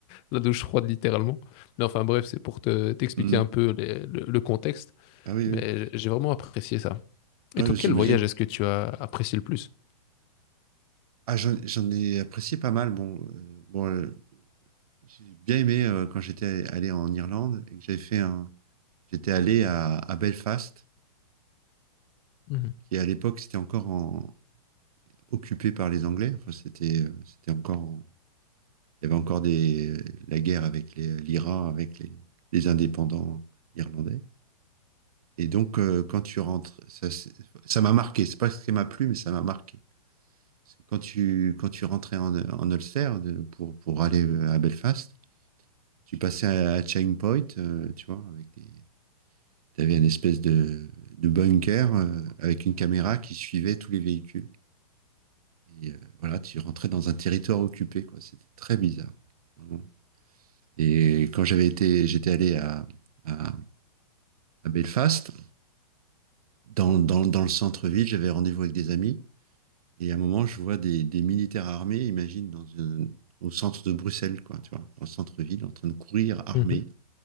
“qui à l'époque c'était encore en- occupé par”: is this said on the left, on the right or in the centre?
Right